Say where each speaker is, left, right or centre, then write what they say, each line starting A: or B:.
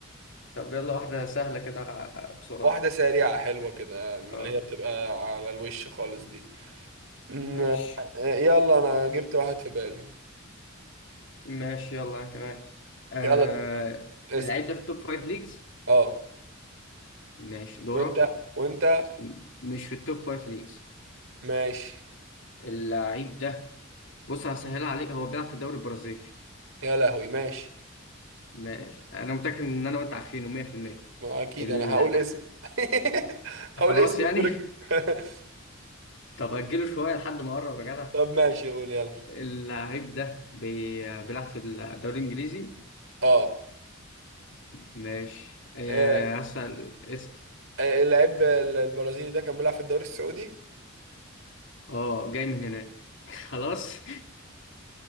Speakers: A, on the left (about 65°); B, on the right (about 70°).
A: طب يلا واحدة سهلة كده بسرعة
B: واحده سريعه حلوه كده من
A: اه
B: اللي هي بتبقى على الوش خالص دي أم،
A: ماشي
B: آه، يلا انا جبت واحد في بالي
A: ماشي يلا انا كمان آه
B: يلا اسال
A: اللعيب ده في التوب فايف ليجز
B: اه
A: ماشي دورك
B: وانت وانت
A: م- مش في التوب فايف ليجز
B: ماشي
A: اللعيب ده بص هسهلها عليك هو بيلعب في الدوري البرازيلي
B: يا لهوي ماشي
A: ماشي انا متأكد ان انا وانت عارفينه 100%
B: ما اكيد
A: ال-
B: انا هقول اسم <laughs> هقول
A: خلاص
B: اسم
A: يعني
B: الدرج
A: <laughs>
B: <laughs>
A: طب اجله شوية لحد ما اقرب يا جدع
B: طب ماشي قول يلا
A: اللعيب ده بي... بيلعب في الدوري الانجليزي
B: اه
A: ماشي آه
B: آه،
A: اسأل اسأل
B: آه، اللعيب البرازيلي ده كان بيلعب في الدوري السعودي
A: اه جاي من هناك <laughs> خلاص <laughs>